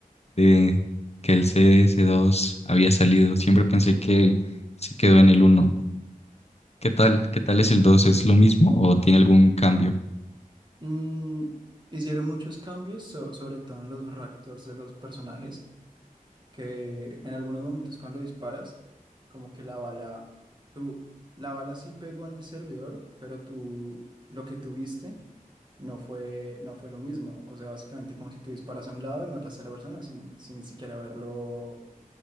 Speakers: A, on the left; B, on the right.
A: de que el cs dos había salido. Siempre pensé que se quedó en el uno ¿Qué tal? ¿Qué tal es el dos ¿Es lo mismo o tiene algún cambio?
B: Mm, hicieron muchos cambios, so- sobre todo en los ractors de los personajes. que en algunos momentos cuando disparas, como que la bala, tú, la bala sí pegó en el servidor, pero tú, lo que tuviste no fue, no fue lo mismo. O sea, básicamente como si tú disparas a un lado y matas a la persona sin, sin siquiera haberlo